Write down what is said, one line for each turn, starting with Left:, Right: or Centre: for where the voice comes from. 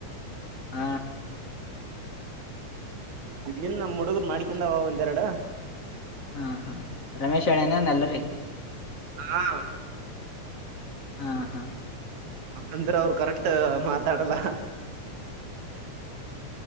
Left: ಹ
Right: ಇನ್ ನಮ್ ಹುಡುಗರು ಮಾಡ್ಕೊಂಡಾವ ಒಂದೆರಡ
Left: ಹಾ ಹಾ ರಮೇಶ್ ಹೇಳೇನೆೇ ಎಲ್ಲರಿ
Right: ಹಾ
Left: ಹಾ ಹಾ
Right: ಅಂದ್ರೆ ಅವರು ಕರೆಕ್ಟ್ ಮಾತಾಡಲ್ಲ